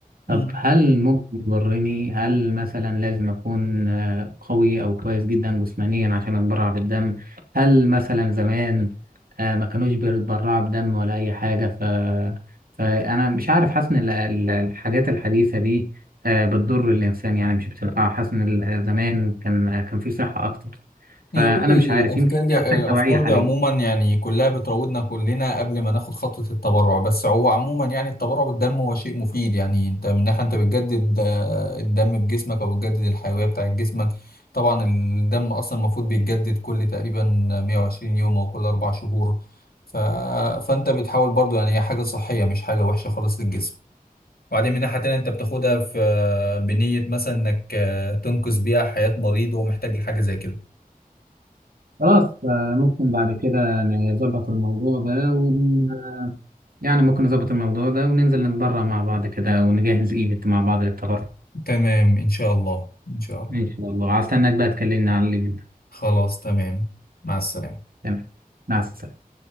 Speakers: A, on the left; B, on the right.
A: مم.
B: طب هل ممكن يضرني هل مثلا لازم اكون آه، قوي او كويس جدا جسمانيا عشان اتبرع بالدم هل مثلا زمان آه، ما كانوش بيتبرعوا بدم ولا اي حاجه ف فانا مش عارف حاسس ان ال- ال- الحاجات الحديثه دي آه، بتضر الانسان يعني مش بتنفعه حاسس ان ال- زمان كان كان في صحه اكتر فانا
A: هي كل الافكار
B: مش عارف يمكن
A: دي
B: محتاج
A: الافكار
B: توعيه حاليا
A: دي عموما يعني كلها بتراودنا كلنا قبل ما ناخد خطوه التبرع بس هو عموما يعني التبرع بالدم هو شيء مفيد يعني انت من ناحيه انت بتجدد آه، الدم في جسمك او بتجدد الحيويه بتاعت جسمك طبعا الدم اصلا المفروض بيتجدد كل تقريبا 120 يوم او كل اربع شهور ف... فانت بتحاول برضو يعني هي حاجه صحيه مش حاجه وحشه خالص للجسم وبعدين من ناحية تانية انت بتاخدها في آه، بنية مثلا انك آه، تنقذ بيها حياة مريض وهو محتاج لحاجة زي كده
B: خلاص آه، ممكن بعد كده نظبط الموضوع ده ون... آه، يعني ممكن نظبط الموضوع ده وننزل نتبرع مع بعض كده ونجهز ايفنت مع بعض للتبرع
A: تمام إن شاء الله إن شاء الله
B: ان شاء الله هستناك بقى تكلمني على الايفنت
A: خلاص تمام مع السلامة
B: تمام مع السلامه